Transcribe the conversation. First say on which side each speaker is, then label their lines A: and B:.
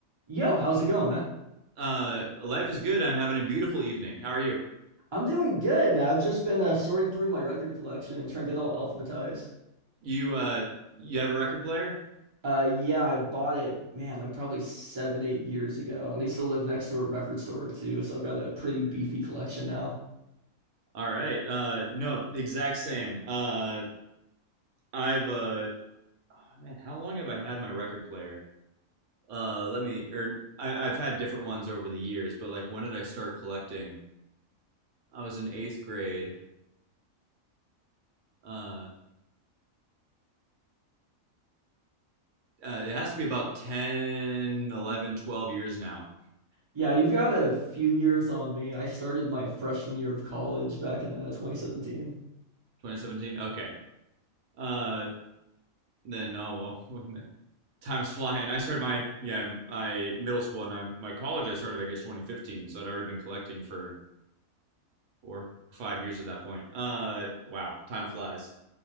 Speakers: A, on the right; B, on the right.
A: Yo, how's it going, man?
B: Uh, life is good. I'm having a beautiful evening. How are you?
A: I'm doing good, man. I've just been uh, sorting through my record collection and trying to get all alphabetized.
B: You uh, you have a record player?
A: Uh, yeah, I bought it, man, like probably seven, eight years ago, and I used to live next to a record store too, so I've got a pretty beefy collection now.
B: All right. Uh, no, exact same. Uh, I've uh, oh, man, how long have I had my record player? Uh, let me or I, I've had different ones over the years, but like when did I start collecting? I was in eighth grade. Uh, uh, it has to be about ten, eleven, twelve years now.
A: Yeah, you've got a few years on me. I started my freshman year of college back in uh, 2017.
B: 2017. Okay. Uh, then oh well, time's flying. I started my yeah my middle school and I, my college. I started I guess 2015, so I'd already been collecting for four or five years at that point. Uh, wow, time flies.